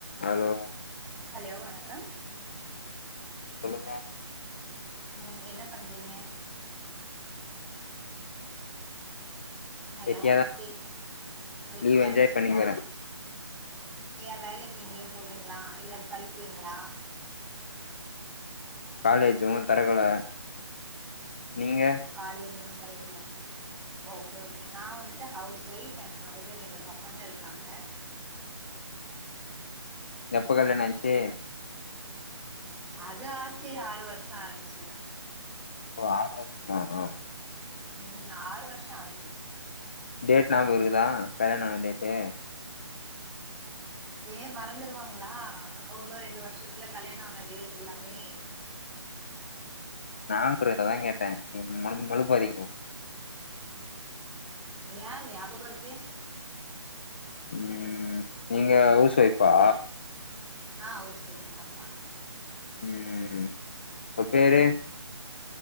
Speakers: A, on the left; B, in the centre.
A: Hello
B: hello வணக்கம்
A: சொல்லுங்க
B: ம் என்ன பண்றீங்க ஹலோ
A: வெட்டியாதா
B: கேக் வெட்டியா
A: லீவ் என்ஜாய்
B: இருக்கீங்ளா
A: பண்ணிக்கிறே
B: ஏ வேலைக்கி எங்கியு போலீங்ளா இல்ல படிக்கிறீங்ளா
A: காலேஜ் உன்னு தறக்கல நீங்க
B: காலேஜ் உன்னு தெறக்கல ஓகே ஓகே நா வந்துட்டு ஹவுஸ் ஒய்ஃப் எனக்கு வந்துட்டு ரெண்டு பசங்க இருக்காங்க
A: எப்ப கால்யாண ஆய்ன்ச்சி
B: அது ஆச்சு ஆறு வருஷோ ஆச்சு
A: ஓ ஆறு வருஷந்தானா
B: ம் ஆறு வருஷோ ஆகுது
A: டேட் நாபகோ இருக்குதா கல்யாண ஆன டேட்டு
B: ஏ மறந்துருவாங்களா ஒன்னு ரெண்டு வருஷத்துல கல்யாண ஆன டேட் எல்லாமே
A: நாப் இருக்குதாதா கேட்டே நீங் மழு மழுப்பாதிங்கோ
B: யா ஞாபகோ இருக்கே
A: ம் நீங்க ஹவுஸ் ஒய்ஃபா
B: ஆ ஹவுஸ் ஒய்ஃப்தாம்பா
A: ம் உங்க பேரு
B: ம்